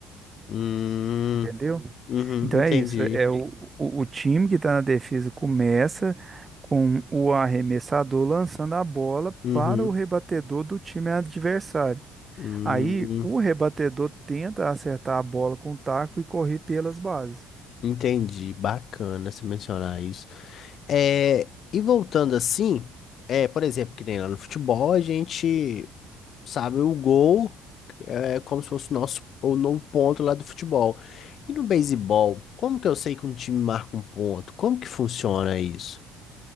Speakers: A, on the left; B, on the right.
A: hum,
B: entendeu?
A: uhum,
B: Então
A: entendi.
B: é isso. Hum, É o, o, o time que está na defesa começa com o arremessador lançando a bola
A: Uhum,
B: para o rebatedor do time adversário.
A: hum,
B: Aí o rebatedor tenta acertar a bola com o taco e correr pelas bases.
A: entendi. Bacana você mencionar isso. É, e voltando assim, é, por exemplo, que nem lá no futebol, a gente sabe o gol é como se fosse o nosso o novo ponto lá do futebol. E no beisebol, como que eu sei que um time marca um ponto? Como que funciona isso?